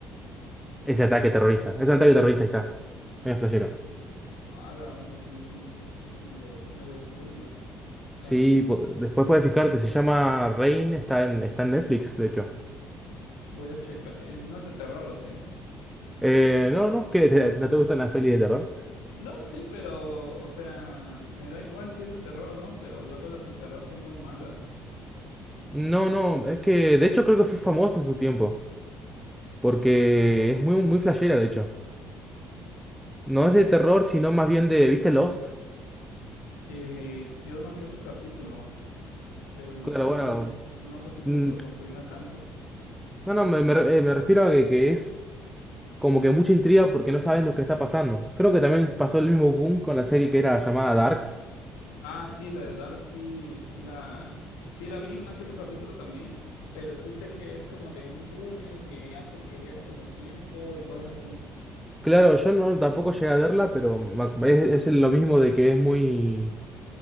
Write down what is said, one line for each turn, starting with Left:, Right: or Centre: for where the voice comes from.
Centre: Ese ataque terrorista. Es
Left: Sí,
Centre: un ataque
Left: sí.
Centre: terrorista, ahí está. Es flashero.
Left: Ah, la onda, sí, sí se escucha medio, medio turbio.
Centre: Sí,
Left: La-
Centre: po- después puedes fijarte, se llama Rain, está en, está en Netflix, de hecho.
Left: voy a checar. Es- no es de terror, ¿sí?
Centre: Eh, no, no, qué te- no te gustan las pelis de terror.
Left: No, sí, pero, o sea, me da igual si es de terror o no, pero luego las de terror son muy malas.
Centre: No, no, es que de hecho creo que fue famoso en su tiempo, porque es muy, muy flashera, de hecho. No es de terror, sino más bien de, ¿viste Lost?
Left: Eh, sí o no, que otro capítulo, pero no
Centre: Claro,
Left: fue
Centre: bueno.
Left: así, no fue así como
Centre: mm,
Left: que lo consumiera tanto.
Centre: No, no, me, me re- eh, me refiero a que, que es como que mucha intriga porque no sabes lo que está pasando. Creo que también pasó el mismo boom con la serie que era llamada Dark.
Left: Ah, sí, la de Dark sí, sí la, sí la vi, una que otro capítulo también, pero sí sé que es como de un túnel que hace que viajes en el tiempo y cosas así.
Centre: Claro, yo no tampoco llegué a verla, pero me ac- es, es lo mismo de que es muy,